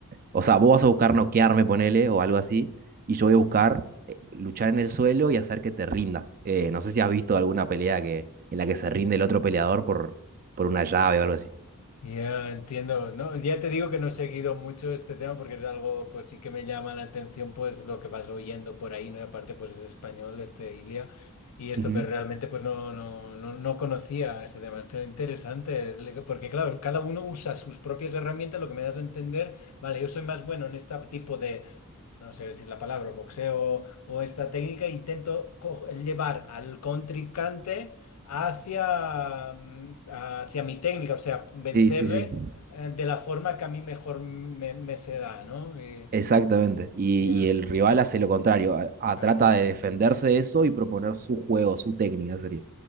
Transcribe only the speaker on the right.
O sea,
vos vas a buscar noquearme, ponele, o algo así, y yo voy a buscar eh, luchar en el suelo y hacer que te rindas. Eh, no sé si has visto alguna pelea que, en la que se rinde el otro peleador por, por una llave o algo así.
Ujú.
Sí, sí, sí.
Exactamente. Y,
y el rival hace lo contrario. a- a-
trata de defenderse de eso y proponer su juego, su técnica sería.